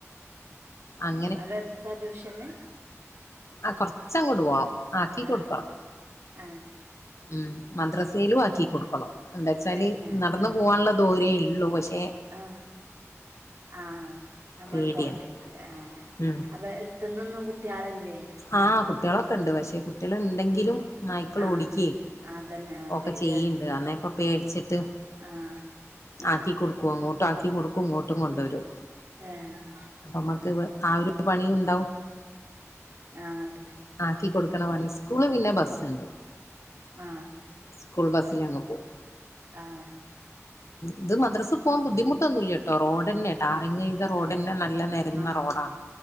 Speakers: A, on the left (about 65°); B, on the right (about 60°).
A: അങ്ങനെ
B: ഇവടെ അടുത്താ ട്യൂഷന്
A: ആ കൊറച്ചങ്ങട്ടു പോണം ആക്കി കൊടുക്കണം
B: ആഹ് ആഹ് ആഹ്
A: ഉം മദ്രസേലും ആക്കി കൊടുക്കണം എന്താച്ചാല്
B: തന്നെ
A: നടന്ന്
B: ആഹ്
A: പോവാന്ള്ള ദൂരേയുള്ളൂ പക്ഷേ
B: ആഹ് ആഹ് ഞമ്മള്
A: പേടിയാണ്
B: പോവേണ്ടി വരൂല്ലേ ആഹ്
A: ഉം
B: അപ്പ എട്ത്ത്ന്നൊന്നും കുട്ട്യാളില്ലേ
A: ആഹ് കുട്ടികള് ഒക്കെ ഉണ്ട് പക്ഷെ കുട്ട്യാള് ഉണ്ടെങ്കിലും നായ്ക്കള്
B: ആഹ്
A: ഓടിക്കേ
B: അതന്നെ ആഹ്
A: ഒക്കെ
B: പേടിയാണ്
A: ചെയ്യ്ണ്ട് കാരണ ഇപ്പ പേടിച്ചിട്ട്
B: ഉം ആഹ്
A: ആക്കി കൊടുക്കും അങ്ങോട്ടും ആക്കി കൊടുക്കും ഇങ്ങോട്ടും കൊണ്ടോരും.
B: ഏഹ്
A: അപ്പ അമ്മക്ക് <unintelligible> പണിണ്ടാവും.
B: ആഹ്
A: ആക്കി കൊടുക്കണപണി സ്കൂള് പിന്നെ ബസ്ണ്ട്
B: ആഹ്.
A: സ്കൂൾ ബസ്സിലങ്ങ് പോകും.
B: ആഹ്
A: ഇത് മന്ത്രസ്സ് പോവാം ബുദ്ധിമട്ടൊന്നുല്ല ട്ടോ റോഡന്നെ ടാറിംഗ്
B: ആഹ്
A: ചെയ്ത റോഡെന്നെ
B: ആഹ്
A: നല്ല നേരന്ന
B: ആഹ്
A: റോഡാണ്
B: ആഹ്